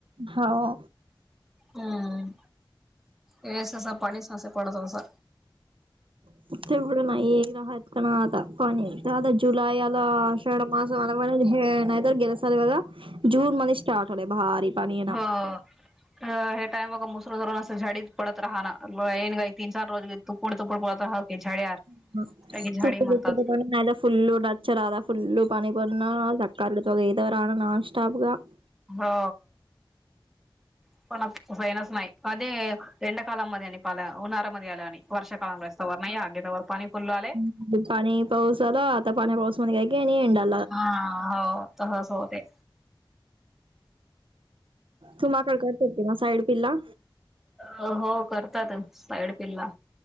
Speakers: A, on the right; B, in the centre.
A: हाओ.
B: हं. ये ससा, पाणी ससा, पडत असा.
A: <unintelligible> <unintelligible>
B: <unintelligible> <unintelligible>
A: <unintelligible>
B: काय की झाडी म्हणतात
A: <unintelligible>
B: हो. <unintelligible> <unintelligible>
A: <unintelligible>
B: हा, हो. तहच होतय.
A: तुमाकड काय करतीला. साईड पिल्ला.
B: हो, हो. करतातच साईड पिल्ला.